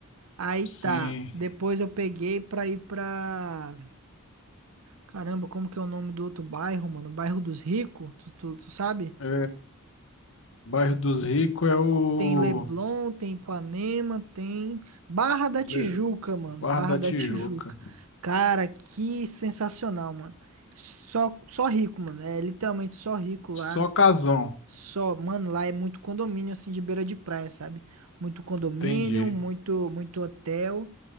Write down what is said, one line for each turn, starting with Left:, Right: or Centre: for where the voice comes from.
Right: Aí
Left: sim.
Right: tá. Depois eu peguei pra ir pra. Caramba, como que é o nome do outro bairro, mano? Bairro dos Ricos, tu, tu, tu sabe?
Left: É, Bairro dos Ricos é o
Right: Tem Leblon, tem Ipanema, tem Barra da Tijuca,
Left: Le-
Right: mano.
Left: Bar
Right: Barra
Left: da
Right: da
Left: Tijuca.
Right: Tijuca. Cara, que sensacional, mano. Só, só rico, mano. É literalmente só rico lá.
Left: Só casão,
Right: Só, mano, lá é muito condomínio assim de beira de praia, sabe? Muito condomínio,
Left: entendi.
Right: muito, muito hotel.